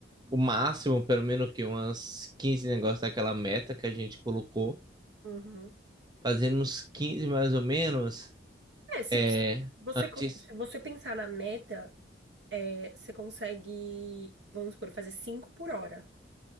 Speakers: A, on the right (about 25°); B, on the right (about 70°).
A: o máximo, pelo menos que umas 15 negócios daquela meta que a gente colocou.
B: uhum.
A: Fazendo uns 15 mais ou menos,
B: É, se,
A: é,
B: se você,
A: antes.
B: co- se você pensar na meta, é, você consegue, vamos supor, fazer 5 por hora.